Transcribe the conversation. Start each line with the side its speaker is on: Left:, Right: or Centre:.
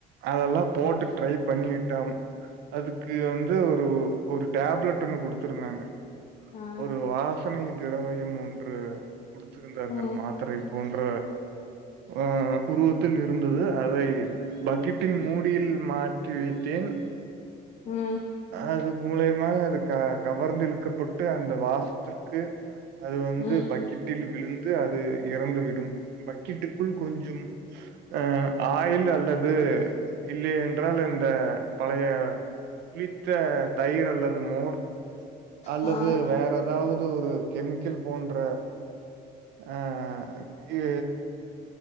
Right: அதெல்லாம் போட்டு ட்ரை பண்ணி விட்டம் அதுக்கு வந்து ஒரு ஒரு டேப்லெட் ஒண்ணு குடுத்துருந்தாங்க
Left: ஆ
Right: ஒரு வாசனை திரவயமும் ன்று குடுத்திருந்தார்கள்
Left: ம்
Right: மாத்திரை போன்ற ஆஹ் உருவத்தில் இருந்தது அதை பக்கட்டின் மூடியில் மாற்றிவிட்டேன்
Left: ம்
Right: அது மூலியமாக அது க கவர்ந்து இழுக்கப்பட்டு அந்த வாச ற்கு அது வந்து
Left: ம்
Right: பக்கெட்டில் விழுந்து அது இறந்துவிடும் பக்கெட்டுக்குள் கொஞ்சம் அஹ் ஆயில் அல்லது இல்லையென்றால் இந்த பழைய புளித்த தயிர் அல்லது மோர் அல்லது
Left: ஆ
Right: வேறதாவது ஒரு கெமிக்கல் போன்ற அஹ் ஏ